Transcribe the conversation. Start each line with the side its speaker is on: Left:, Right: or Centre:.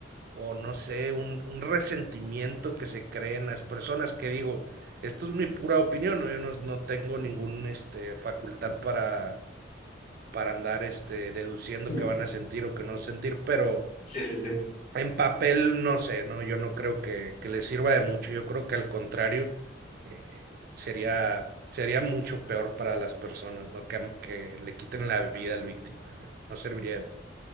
Right: o no sé, un, un resentimiento que se cree en las personas que digo, esto es mi pura opinión, ¿no? yo no, no tengo ninguna este, facultad para, para andar este, deduciendo
Left: Sí,
Right: qué van a sentir o qué no sentir, pero
Left: sí, sí. sí.
Right: en papel, no sé, no, yo no creo que, que le sirva de mucho. Yo creo que al contrario, eh, sería, sería mucho peor para las personas, ¿no? Que, que le quiten la vida al victimario. No serviría. de-